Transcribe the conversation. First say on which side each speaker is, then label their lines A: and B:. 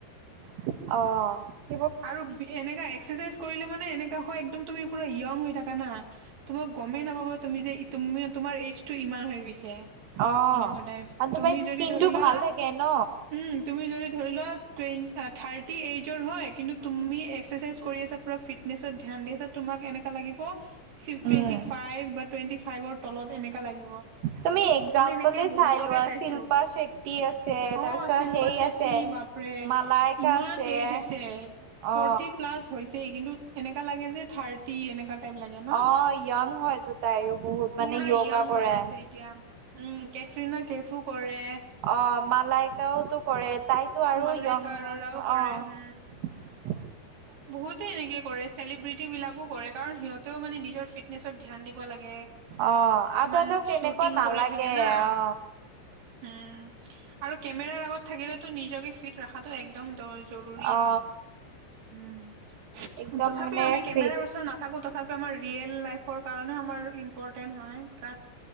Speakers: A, on the right; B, on the right.
A: অ'-অ'।
B: আৰু এনেকা এক্সাৰচাইজ কৰিলে মানে, এনেকা হয় একদম তুমি পুৰা য়ং হৈ থাকা না, তোমাক গমেই নাপাব তুমি যে ই তুমি তোমাৰ এইজ টো ইমান হৈ গৈছে।
A: অ'।
B: সেনেকুৱা টাইপ।
A: আৰু তোমাৰ
B: তুমি
A: স্কিনটো
B: যদি ধৰি লোৱা,
A: ভাল থাকে ন
B: উম, তুমি যদি ধৰি লোৱা ট্ৰেইন আ। থাৰ্টি এইজৰ হয়। কিন্তু তুমি এক্সাৰচাইজ কৰি আছা, পুৰা ফিটনেছত ধ্যান দি আছা, তুমাক এনেকা লাগিব ফিফ টুৱেন্টি
A: উম,
B: ফাইভ, বা টুৱেন্টি ফাইভৰ তলত এনেকা লাগিব।
A: তুমি একজাম্পলে
B: মই এনেকে বহুতকে
A: চাই লোৱা,
B: চাইছোঁ।
A: শিল্পা ছেত্ৰী আছে,
B: অ
A: তাৰ পিছত
B: শিল্পা
A: সেই
B: চেত্ৰী
A: আছে।
B: বাপৰে,
A: মালাইকা
B: ইমান
A: আছে
B: এইজ হৈছে।
A: অ
B: ফৰ্টি প্লাছ হৈছেই, কিন্তু এনেকা লাগে যে থাৰ্টি এনেকা টাইম লাগে নহ,
A: অ য়ং হয়তো তাইও বহুত
B: পুৰা
A: মানে য়োগা
B: ইয়ং
A: কৰে
B: হৈ আছে এতিয়া, উম কেটৰিনা কেফু কৰে।
A: অহ মালাইকাওতো কৰে, তাইতো আৰু
B: মালাইকা
A: ইয়ং‌
B: আৰোৰাও
A: হয়,
B: কৰে
A: অহ
B: উম বহুতে এনেকে কৰে, চেলিব্ৰিটি বিলাকো কৰে, কাৰণ কাৰণ সিহঁতেও মানে নিজৰ ফিটনেছত ধ্যান দিব লাগে।
A: অ আৰু
B: কিমান
A: তহঁতক কেনেকুৱা
B: শ্বুটিং
A: নালাগে
B: কৰি থাকে না?
A: অ
B: উম, আৰু কেমেৰাৰ আগত থাকিলেতো নিজকে ফিট ৰাখাটো একদম দৰ্জ জৰুৰী
A: অ
B: হয়। উম,
A: একদম
B: তথাপিও
A: মানে
B: আমি কেমেৰাৰ
A: ফিট
B: ওচৰত নাথাকোঁ, তথাপিও আমাৰ ৰিয়েল লাইফৰ কাৰণেও আমাৰ ইম্পৰ্টেণ্ট হয়, সেইকা